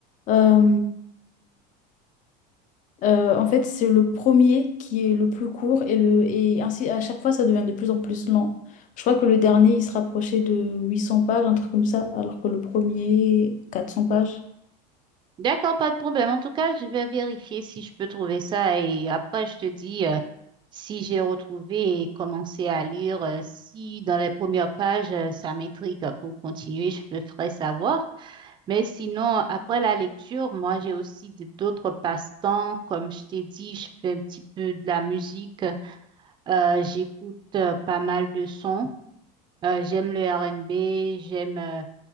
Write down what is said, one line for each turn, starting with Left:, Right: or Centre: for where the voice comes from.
Left: Euh, euh, en fait, c'est le premier qui est le plus court et, le, et ainsi à chaque fois ça devient de plus en plus lent. Je crois que le dernier il se rapprochait de 800 pages, un truc comme ça, alors que le premier 400 pages.
Right: D'accord, pas de problème. En tout cas, je vais vérifier si je peux trouver ça et après, je te dis euh, si j'ai retrouvé et commencé à lire. euh, si dans les premières pages, euh, ça m'intrigue pour continuer, je te ferai savoir. Mais sinon, après la lecture, moi, j'ai aussi de- d'autres passe-temps. Comme je t'ai dit, je fais un petit peu de la musique. Euh, j'écoute euh, pas mal de sons. Euh, j'aime le R&B, j'aime euh,